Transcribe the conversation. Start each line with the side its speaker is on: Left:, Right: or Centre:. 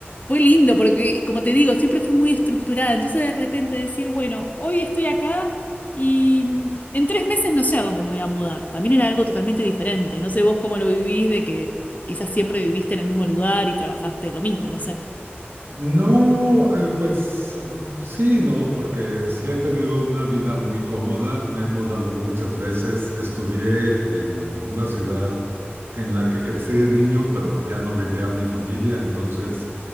Left: fue lindo porque, como te digo, siempre fui muy estructurada. Entonces, de repente decir, bueno, hoy estoy acá y mm, en tres meses no sé a dónde me voy a mudar. También era algo totalmente diferente. No sé vos cómo lo vivís, de que quizás siempre viviste en el mismo lugar y trabajaste lo mismo, no sé.
Right: No, eh, pues eh, sí, no, porque sí he tenido una vida muy cómoda, me he mudado muchas veces, estudié en una ciudad en la que crecí de niño, pero ya no vivía mi familia, entonces